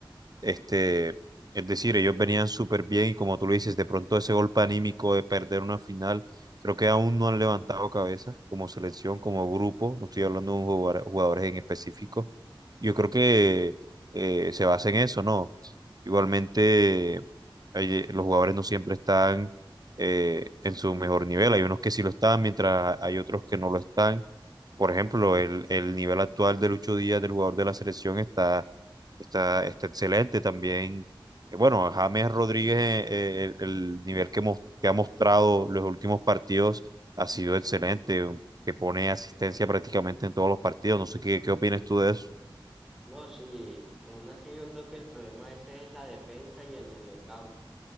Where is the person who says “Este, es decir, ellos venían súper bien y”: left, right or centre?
Right